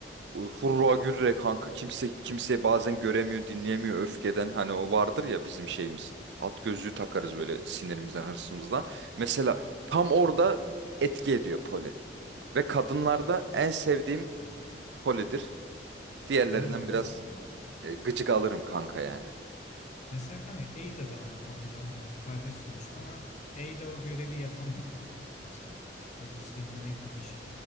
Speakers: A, on the right; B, on the left.
A: hurra gürre kanka kimse kimse bazen göremiyor, dinleyemiyor öfkeden. Hani o vardır ya bizim şeyimiz. At gözlüğü takarız böyle sinirimizden, hırsımızdan.
B: Aynen.
A: Mesela tam orada etki ediyor poli. Ve kadınlarda
B: Evet.
A: en sevdiğim
B: Mesela-
A: polidir. Diğerlerinden
B: Benim de en
A: biraz
B: sevdiğim.
A: e, gıcık alırım kanka yani.
B: Mesela kanka Ada da hani onların hani kardeş sonuçta ama Ada o görevi yapamıyor. Mesela. O dizginlemekmiş.